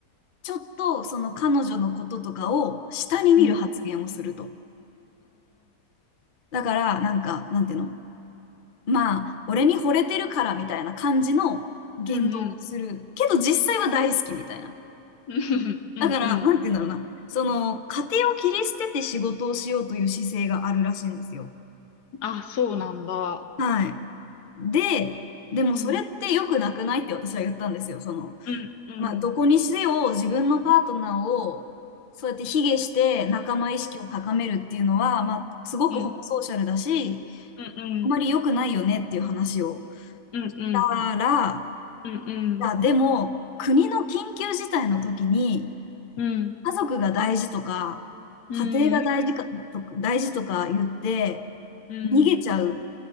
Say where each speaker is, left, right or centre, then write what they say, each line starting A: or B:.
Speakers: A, on the left (about 40°); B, on the left (about 75°).
A: ちょっとその彼女のこととかを下に見る発言をすると。
B: うんうん
A: だから、なんか、なんていうのまあ、俺に惚れてるからみたいな感じの言動をする。
B: うんうんうんうん
A: けど実際は大好きみたいな。
B: うんうんうん
A: だから、なんていうんだろうな。その、家庭を切り捨てて仕事をしようという姿勢があるらしいんですよ。
B: あ、そうなんだ。
A: はい。で、でもそれって良くなくないって私は言ったんですよ。
B: うん、
A: その、
B: うん、うん、
A: まあ、どこにせよ自分のパートナーをそうやって卑下して仲間意識を高めるっていうのは、まあ、すごくホモソーシャルだし、
B: うん、うん、うん、
A: あまり良くないよねっていう話を。
B: うん、うん、
A: したら、
B: うん、
A: いや、でも、国の緊急事態の時に、
B: うん、
A: 家族が大事とか、
B: うん、
A: 家庭が大事か、
B: うん、うん、
A: と大事とか言って、
B: うん、
A: 逃げちゃう